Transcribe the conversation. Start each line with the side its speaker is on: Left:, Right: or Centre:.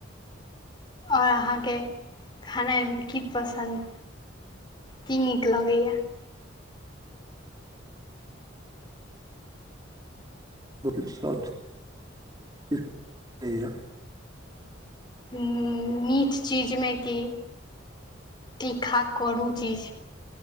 Left: ओर अहाँके खनाई मे की पसन्द की नीक लगैय।
Right: ब सब चीज <unintelligible> नीक लगेया।
Left: मीठ चीजमे की तीखा करू चीज